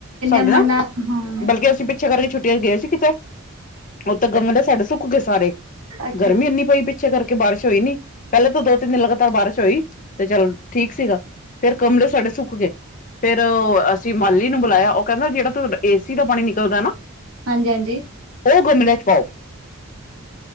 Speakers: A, on the left; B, on the right.
A: ਸਾਡੇ
B: ਮਨਾ
A: ਨਾ
B: ਹਾਂ
A: ਬਲਕਿ ਅਸੀਂ ਪੀ ਪਿੱਛਾ ਕਰਕੇ ਛੁੱਟੀਆਂ ਚ ਗਏ ਸੀ ਕਿਤੇ ਓ ਤਾਂ ਗਮਲੇ ਸਾਡੇ ਸੁੱਕ ਗੇ ਸਾਰੇ
B: ਅੱਛਾ
A: ਗਰਮੀ ਇੰਨੀ ਪਈ ਪਿ ਛੇ ਕਰਕੇ ਬਾਰਿਸ਼ ਹੋਈ ਨੀ ਪੈਲੇ ਤਾਂ ਦੋ ਤਿੰਨ ਦਿਨ ਲਗਾਤਾਰ ਬਾਰਿਸ਼ ਹੋਈ ਤੇ ਚੱਲ ਠੀਕ ਸੀਗਾ ਫਿਰ ਕਮਲੇ ਸਾਡੇ ਸੁੱਕ ਗੇ ਫੇਰ ਓ ਅ ਸੀਂ ਮਾਲੀ ਨੂੰ ਬੁਲਾਇਆ, ਓ ਕੈਂਦਾ ਜੇੜਾ ਥੋ ਏਸੀ ਦਾ ਪਾਣੀ ਨਿਕਲਦਾ ਨਾ
B: ਹਾਂਜੀ-ਹਾਂਜੀ।
A: ਓ ਗਮਲਿਆ ਚ ਪਾਓ।